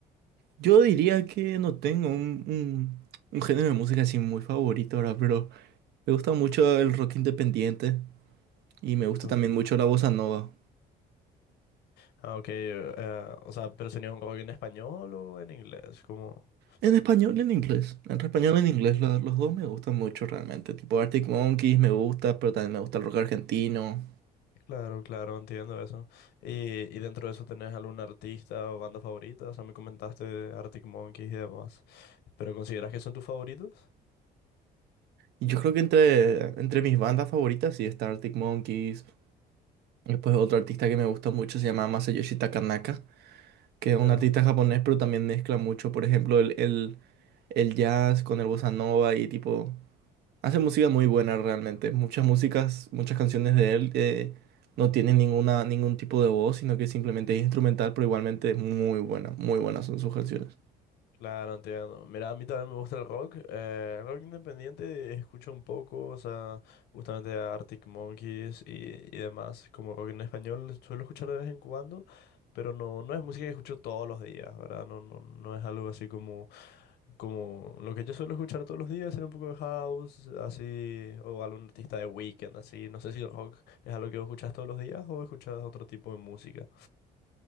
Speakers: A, on the right (about 75°); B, on the left (about 75°).
A: Yo diría que no tengo un, un- un género de música así muy favorito ahora, pero me gusta mucho el rock independiente y me gusta
B: Okay.
A: también mucho la bossa nova.
B: Ah, ok, eh, eh, o sea, pero sería un rock en español o en inglés, como...
A: En español y en inglés. Entre español y en inglés, lo- los dos me gustan mucho realmente. Tipo Arctic Monkeys me gusta, pero también me gusta el rock argentino.
B: Claro, claro, entiendo eso. Y, y dentro de eso, ¿tenés algún artista o banda favorita? O sea, me comentaste de Arctic Monkeys y demás. ¿Pero consideras que son tus favoritos?
A: Y yo creo que entre, entre mis bandas favoritas sí está Arctic Monkeys. Después otro artista que me gusta mucho se llama Masayoshi Takanaka. que
B: Ya,
A: es un artista japonés, pero también mezcla mucho, por ejemplo, el, el, el jazz con el bossa nova y tipo, hace música muy buena realmente. Muchas músicas, muchas canciones de él eh, no tienen ninguna, ningún tipo de voz, sino que simplemente es instrumental, pero igualmente es muy buena, muy buenas son sus canciones.
B: Claro, entiendo. Mira, a mí también me gusta el rock. Eh, el rock independiente escucho un poco, o sea, justamente a Arctic Monkeys y, y demás. Como rock en español suelo escuchar de vez en cuando, pero no, no es música que escucho todos los días, ¿verdad? No, no, no es algo así como Como lo que yo suelo escuchar todos los días era un poco de house, así, o algún artista de Weekend, así. No sé si el rock es algo que vos escuchás todos los días o escuchás otro tipo de música.